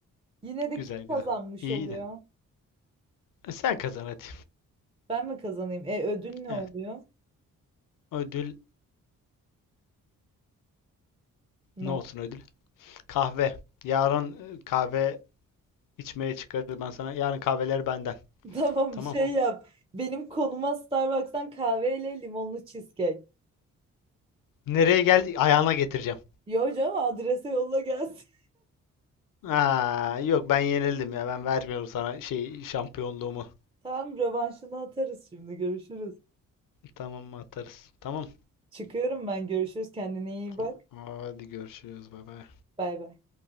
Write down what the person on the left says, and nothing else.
güzel,
güzel. İyiydi.
E, Sen kazan hadi.
Evet.
Ödül
ne olsun ödül? Kahve. Yarın e, kahve içmeye çıkarız ben sana. Yarın kahveler benden.
Tamam.
Nereye geldi? Ayağına getireceğim.
Aa, yok ben yenildim ya. Ben vermiyorum sana şey şampiyonluğumu.
Tamam mı atarız? Tamam.
Tamam.
Hadi görüşürüz. Bay bay.